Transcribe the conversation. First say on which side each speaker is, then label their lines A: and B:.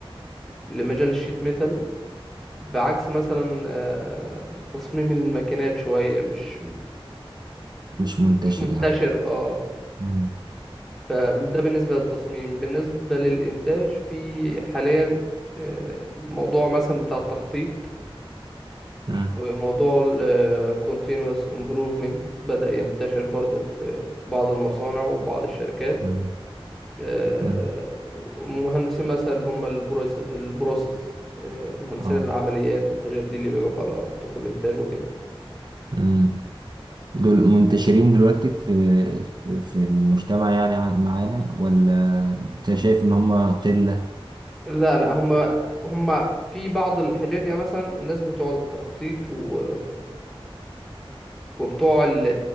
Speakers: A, in the centre; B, on the right.
A: لمجال الشيت ميتال بعكس مثلا آه، تصميم الماكينات شوية مش
B: مش منتشر
A: مش منتشر
B: يعني
A: اه
B: مم.
A: فده بالنسبة للتصميم بالنسبة للإنتاج في حاليا آه، موضوع مثلا بتاع التخطيط
B: مم.
A: وموضوع ال continuous improvement بدأ ينتشر برضو في بعض المصانع وبعض الشركات
B: مم.
A: آه،
B: مم.
A: ومهندسين مثلا اللي هم البروس البروسيس آه، مهندسين
B: اه
A: العمليات والحاجات دي اللي بيقف على خطوط الانتاج وكده
B: مم. دول منتشرين دلوقتي في في المجتمع يعني ع- معانا ولا انت شايف ان هم قلة؟
A: لا لا هم هم في بعض الحاجات يعني مثلا الناس بتوع التخطيط و... وبتوع ال